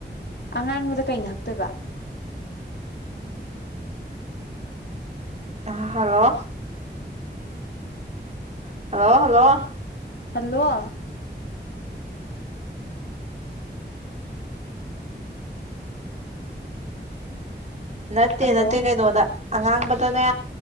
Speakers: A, on the left; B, on the right.
A: ꯑꯉꯥꯡꯕꯗ ꯀꯩꯅ ꯍꯛꯇꯣꯏꯕ
B: ꯑ ꯍꯜꯂꯣ ꯍꯜꯂꯣ ꯍꯜꯂꯣ
A: ꯍꯜꯂꯣ
B: ꯅꯠꯇꯦ
A: ꯍꯜꯂꯣ
B: ꯅꯠꯇꯦ ꯀꯩꯅꯣꯗ ꯑꯉꯥꯡꯕꯗꯅꯦ